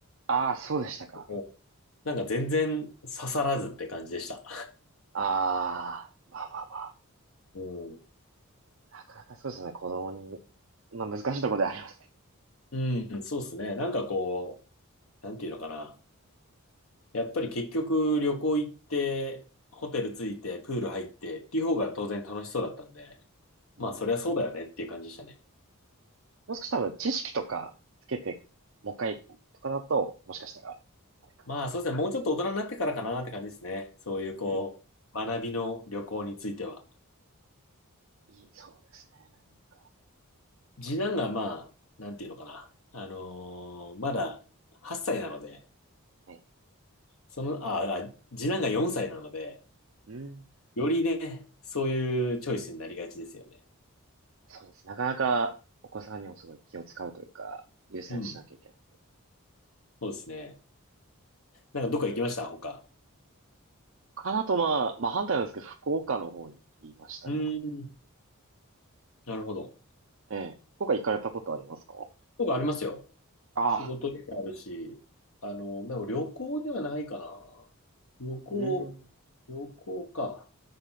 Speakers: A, on the right; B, on the left.
A: ああ、そうでしたか。
B: うんなんか全然刺さらずって感じでした。
A: ああ、まあまあまあ
B: うん、
A: なかなかそうですね、子供に。まあ難しいところではありますね。
B: うん、そうですね。なんかこう、なんていうのかな。やっぱり結局旅行行って、ホテル着いて、プール入ってっていう方が当然楽しそうだったんで、
A: うん。
B: まあそりゃそうだよねっていう感じでしたね。
A: もう少し多分知識とかつけて、もう一回とかだと、もしかしたら、あれかな
B: まあそうですね。もうちょっと大人になってからかなって感じですね。そういうこう、
A: うん。
B: 学びの旅行については。
A: いい、そうですね、なかなか。
B: 次男がまあ、なんていうのかな。あのーまだ8歳なので、
A: ね。
B: その、ああ、次男が4歳なので、
A: うん。
B: よりね、そういうチョイスになりがちですよね。
A: そうです。なかなかお子さんにもすごい気を使うというか、優先しなきゃいけない。
B: うん。そうですね。なんかどっか行きました他。
A: かなとまあ、まあ反対なんですけど、福岡の方に行きましたか
B: うーん。なるほど。
A: ら。ええ。福岡行かれたことありますか
B: 僕ありますよ。
A: ああ。
B: 仕事でもあるし、あの、でも旅行ではないかな。旅行、
A: うん。
B: 旅行か。